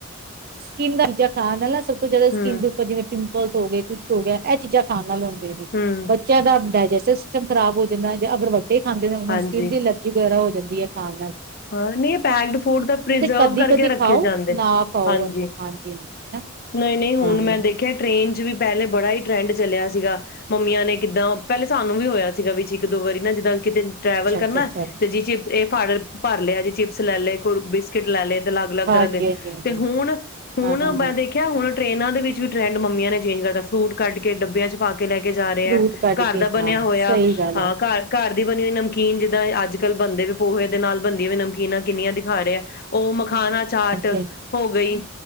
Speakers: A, on the right; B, on the left.
A: ਸ਼ੌਕੀਨ ਸਭ ਖਾਣ ਲਈ ਤੋਂ ਜ਼ਿਆਦਾ
B: ਹੂੰ
A: ਸਕੀਮ ਦੇ ਉਪਰ ਜਿਵੇਂ ਸ ਹੋ ਗਏ ਕੁਛ ਹੋ ਗਿਆ ਇਹ ਚੀਜ਼ਾਂ ਖਾਣ ਨਾਲੋ ਹੋਣ ਨੇ
B: ਹੂੰ
A: ਬੱਚਿਆਂ ਦਾ ਡਾਇਜੈਸਟਿਵ ਸਿਸਟਮ ਖਰਾਬ ਹੋ ਜਿੰਨਾ ਅਗਰ ਇਹ ਖਾਂਦੇ ਨੇ
B: ਹਾਂਜੀ
A: ਸਕਿਨ ਦੀ ਅਲਰਜੀ ਵਗੈਰਾ ਹੋ ਜੱਦੀ ਹੈ ਖਾਣ ਦਾ
B: ਹਾਂ ਨਹੀਂ ਪੈਕਡ ਫੂਡ ਤਾਂ ਪ੍ਰਜ਼ਰਵ
A: ਕਦੀ
B: ਕਰਕੇ
A: ਕਦੀ
B: ਰੱਖੇ
A: ਖਾਓ
B: ਜਾਂਦੇ
A: ਨਾ ਖਾਓ
B: ਹਾਂਜੀ
A: ਹਾਂਜੀ
B: ਨਹੀਂ ਨਹੀਂ
A: ਹਾਂ
B: ਹੁਣ ਮੈਂ ਦੇਖਿਆ ਟ੍ਰੇਨ ਚ ਵੀ ਪਹਿਲੇ ਬੜਾ ਹੀ ਟਰੈਂਡ ਚੱਲਿਆ ਸੀਗਾ ਮੰਮੀਆਂ ਨੇ ਕਿੱਦਾਂ ਪਹਿਲੇ ਸਾਨੂੰ ਵੀ ਹੋਇਆ ਸੀਗਾ ਵਿੱਚ ਇੱਕ ਦੋ ਵਾਰੀ ਨਾ ਜਿੱਦਾਂ ਕਿਤੇ ਟਰੈਵਲ
A: ਅੱਛਾ ਅੱਛਾ
B: ਕਰਨਾ
A: ਅੱਛਾ
B: ਤੇ ਜਿ ਚੇ ਇਹ ਫੜ ਭਰ ਲਿਆ ਜੀ ਚਿਪਸ ਲੈ ਲਏ ਕੋਈ ਬਿਸਕਿਟ ਲੈ ਲਏ ਅਲੱਗ ਅਲੱਗ
A: ਹਾਂਜੀ
B: ਤਰ੍ਹਾਂ ਦੇ
A: ਹਾਂਜੀ ਹਾਂਜੀ
B: ਤੇ ਹੁਣ ਹੁਣ
A: ਹਾਂ ਹਾਂ
B: ਮੈਂ
A: ਹਾਂ
B: ਦੇਖਿਆ ਹੁਣ ਟ੍ਰਰੇਨਾਂ ਦੇ ਵਿੱਚ ਵੀ ਟਰੈਂਡ ਮੰਮੀਆਂ ਨੇ ਚੇਂਜ ਕਰ ਦਿੱ ਫਰੂਟ ਕੱਢ ਕੇ ਡੱਬਿਆਂ ਚ ਪਾ ਕੇ ਕੇ ਲੈ ਕੇ ਜਾ ਰਹੇ
A: ਫਰੂਟ
B: ਹੈ
A: ਕੱਢ
B: ਘਰ
A: ਕੇ
B: ਦਾ ਬਣਿਆ
A: ਹਾਂ
B: ਹੋਇਆ
A: ਸਹੀ ਗੱਲ
B: ਹਾਂ
A: ਆ
B: ਘਰ ਘਰ ਦੀ ਬਣੀ ਹੋਈ ਨਮਕੀਨ ਜਿੱਦਾਂ ਅੱਜ ਕੱਲ ਬਦੇ ਪੋਹੇ ਦੇ ਨਾਲ ਬੰਦੀਆਂ ਵੀ ਨਮਕੀਨਾਂ ਕਿੰਨੀਆਂ ਦਿਖਾ ਰਿਹਾ ਹੈ ਉਹ ਖਾਣਾ ਚਾਟ
A: ਹਾਂਜੀ ਹਾਂਜੀ
B: ਹੋ ਗਈ